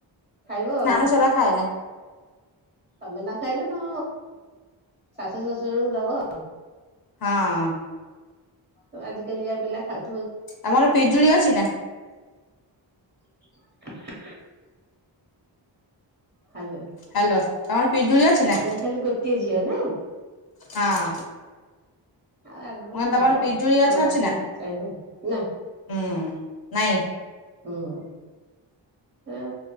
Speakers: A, on the right; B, on the left.
A: ଖାଇବ ଆଉ।
B: ନା ମୁଁ ସେରା ଖାଏନା।
A: ତମେ ନ ଖାଇଲେ ତମ ଶାଶୁ ଶଶୁରଙ୍କୁ ଦବ।
B: ହଁ।
A: ତ ଆଜିକାଲିଆ ପିଲା ଖାଉ
B: ତମର ପିଜୁଳି ଅଛି ନା?
A: <inaudible> ହାଲୋ
B: ହ୍ୟାଲୋ ତମର ପିଜୁଳି ଅଛି ନା।
A: ପୁଣି ଖାଲି ଗୋଟିଏ ଝିଅ ନାହିଁ।
B: ହଁ।
A: ଆଉ ଆଗକୁ
B: ମୁଁ କହିଲି ତମର
A: ହବ
B: ପିଜୁଳି ଗଛ
A: ଭଗବାନ
B: ଅଛି
A: ଯଦି
B: ନା
A: ଚାହିଁଲେ। ନା।
B: ହୁଁ, ନାଇଁ।
A: ହୁଁ ଆ